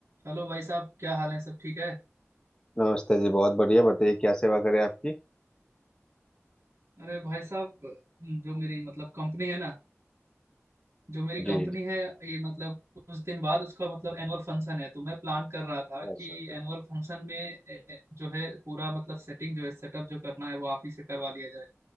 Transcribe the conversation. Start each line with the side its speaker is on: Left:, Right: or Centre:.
Right: Hello भाई साहब क्या हाल है सब ठीक है
Left: नमस्ते जी बहुत बढ़िया बताइए क्या सेवा करें आपकी
Right: अरे भाई साहब जो मेरी मतलब कंपनी है ना जो मेरी कंपनी
Left: जी जी
Right: है ये मतलब कुछ दिन बाद उसका मतलब एनुअल फंक्शन है तो मैं प्लान कर रहा था
Left: बहुत
Right: कि
Left: सुंदर
Right: एनुअल फंक्शन में ए, जो है पूरा मतलब सेटिंग जो है सेटअप जो करना है वो आप ही से करवा लिया जाए